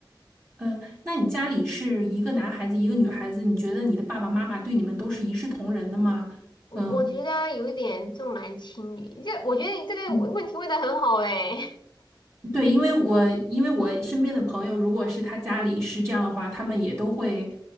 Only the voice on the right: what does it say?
嗯，那你家里是一个男孩子一个女孩子，你觉得你的爸爸妈妈对你们都是一视同仁的吗？
嗯
嗯。对，因为我因为我身边的朋友，如果是他家里是这样的话，他们也都会